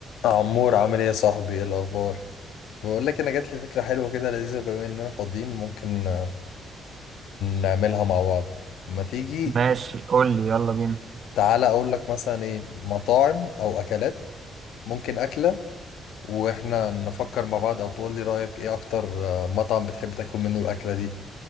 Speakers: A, on the left (about 80°); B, on the right (about 50°).
A: عمور عامل ايه يا صاحبي ايه الاخبار بقول لك انا جات لي فكره حلوه كده لذيذه بما اننا فاضيين ممكن آه، نعملها مع بعض ما تيجي
B: ماشي قول لي يلا بينا
A: تعالى اقول لك مثلا ايه مطاعم او اكلات ممكن اكله واحنا نفكر مع بعض او تقول لي رايك ايه اكتر آه، مطعم بتحب تاكل منه الاكله دي